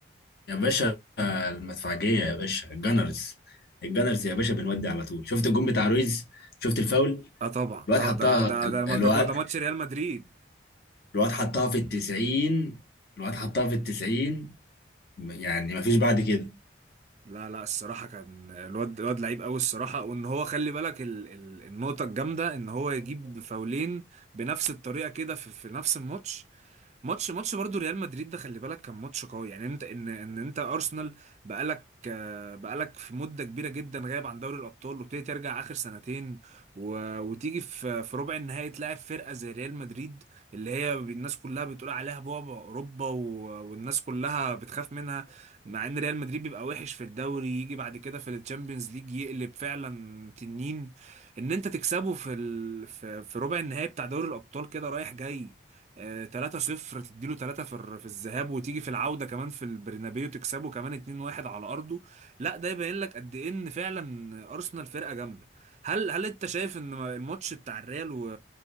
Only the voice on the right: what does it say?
اه طبعا
طبعا
ده ده ده
ده جون ده ماتش ريال مدريد
لا لا الصراحه كان الواد الواد لعيب قوي الصراحه وان هو خلي بالك ال ال النقطه الجامده ان هو يجيب فاولين بنفس الطريقه كده في, في نفس الماتش ماتش ماتش برضو ريال مدريد ده خلي بالك كان ماتش قوي يعني انت ان ان انت ارسنال بقالك آه، بقالك في مده كبيره جدا غايب عن دوري الابطال وابتدي ترجع اخر سنتين و... وتيجي في في ربع النهائي تلاعب فرقه زي ريال مدريد اللي هي الناس كلها بتقول عليها بعبع اوروبا و... والناس كلها بتخاف منها مع ان ريال مدريد بيبقى وحش في الدوري يجي بعد كده في الشامبيونز ليج يقلب فعلا تنين ان انت تكسبه في ال... في... في ربع النهائي بتاع دوري الابطال كده رايح جاي آه 3-0 تديله 3 في الر- في الذهاب وتيجي في العودة كمان في البرنابيو تكسبه كمان 2-1 على أرضه لا ده يبين لك قد إيه إن فعلا أرسنال فرقة جامدة هل هل أنت شايف إن الماتش بتاع الريال و...